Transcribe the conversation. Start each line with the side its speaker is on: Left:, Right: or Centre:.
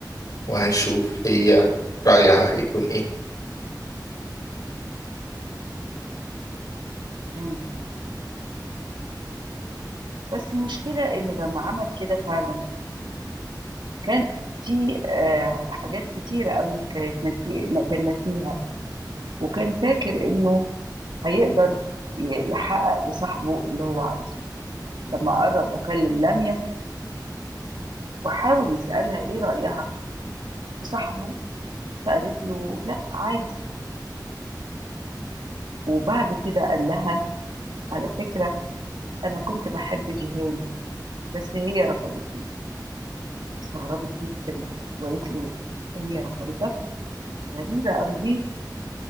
Left: وهنشوف هي رأيها هيكون ايه
Right: مم. بس المشكلة إنه لما عمل كده فعلا كان في آه، حاجات كتيرة قوي كانت ناسي... كان ناسيها وكان فاكر إنه هيقدر ي- يحقق لصاحبه اللي هو عايزه لما قرب وكلم لميا وحاول يسألها إيه رأيها في صاحبه فقالت له لأ عادي وبعد كده قال لها على فكرة أنا كنت بحب جيهان بس هي رفضت استغربت جدا وقالت له هي رفضتك غريبة أوي ليه؟